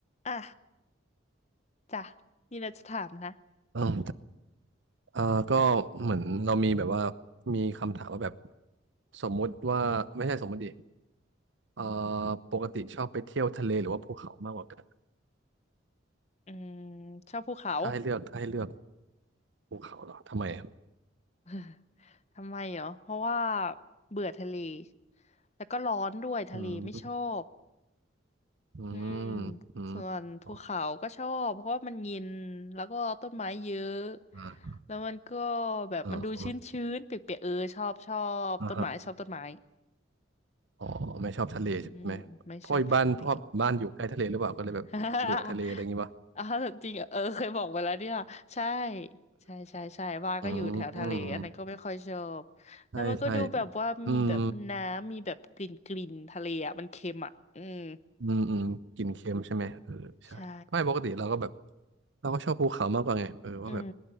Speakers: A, on the left (about 35°); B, on the right (about 65°).
A: อ่ะจ้ะมีอะไรจะถามนะ
B: เออเออก็เหมือนเรามีแบบว่ามีคำถามว่าแบบสมมุติว่าไม่ใช่สมมติดิเออปกติชอบไปเที่ยวทะเลหรือว่าภูเขามากกว่ากัน
A: อืมชอบภูเขา
B: ถ้าให้เลือกถ้าให้เลือกภูเขาเหรอทำไมอะ
A: <laughs> ทำไมเหรอเพราะว่าเบื่อทะเลแล้วก็ร้อนด้วยทะเลไม่ชอบ
B: อืมอืมอืม
A: อืมส่วนภูเขาก็ชอบเพราะว่ามันเย็นแล้วก็ต้นไม้เยอะ
B: อ๋ออ่า
A: แล้วมันก็แบบมันดูชื้นชื้นเปียกๆเออชอบชอบต้นไม้ชอบต้นไม้
B: เอออ่าฮะอ๋อไม่ชอบทะเลใช่ไหมเพราะบ้านเพราะบ้านอยู่ใกล้ทะเลหรือเปล่าก็เลยแบบเบื่อทะเลอะไรอย่างงี้ปะ
A: อืมไม่ชอบทะเล <laughs> อ๋อจริงเหรอเออเคยบอกไปแล้วเนี่ยใช่ใช่ใช่ใช่บ้านก็อยู่แถวทะเลอันนั้นก็ไม่ค่อยชอบแล้วมันก็ดูแบบว่ามีแบบน้ำมีแบบกลิ่นกลิ่นทะเลอ่ะมันเค็มอ่ะอืม
B: อืมอืมใช่ใช่อืม อืมอืมกินเค็มใช่ไหมเออใช่ไม่ปกติเราก็แบบ
A: ใช่
B: เราก็ชอบภูเขามากกว่าไงเออว่าแบบ
A: อืม